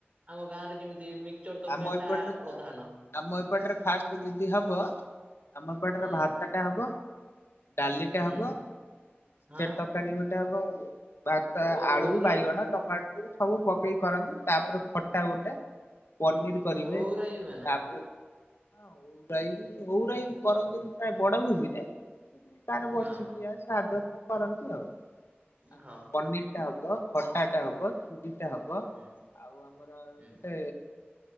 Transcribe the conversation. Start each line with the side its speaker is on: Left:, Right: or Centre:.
Right: ଆମ ଗାଁ ରେ ଯେମିତି ମିକ୍ସଚର ତରକାରୀ
Left: ଆମ ଏପଟରେ
Right: ଟା
Left: ତ
Right: ପ୍ରଧାନ।
Left: ଆମ ଏପଟରେ ଫାଷ୍ଟ ଯଦି ହବ ଆମ ଏପଟରେ
Right: ହୁଁ।
Left: ଭାତ ଟା ହବ। ଡାଲିଟା
Right: ହୁଁ
Left: ହବ।
Right: ହଁ
Left: ସେଟ ତରକାରୀ ଗୋଟେ ହବ ଭାତ
Right: ଓ
Left: ଆଳୁ
Right: ଓଉରାଇ
Left: ବାଇଗଣ ଟମାଟୋ ସବୁ ପକେଇ କରନ୍ତି ତାପରେ ଖଟା ଗୋଟେ ପନିର କରିବେ
Right: ଓଉରାଇ ହୁଏ ନା?
Left: ତାପ ହଁ ଅଉ ରାଇ ଅଉ ରାଇ କରନ୍ତିନି ପ୍ରାୟ ବଡ ଭୋଜିରେ। କାର ବର୍ଷିକିଆ
Right: ଓହୋ
Left: ସାଦ କରନ୍ତି ଆଉ ଆମର
Right: ହଁ
Left: ପନିର ଟା ହବ ଖଟାଟେ ହବ ଖିରିଟେ ହବ
Right: ହୁଁ
Left: ଆଉ ଆମର
Right: ହୁଁ।
Left: ଗୋଟେ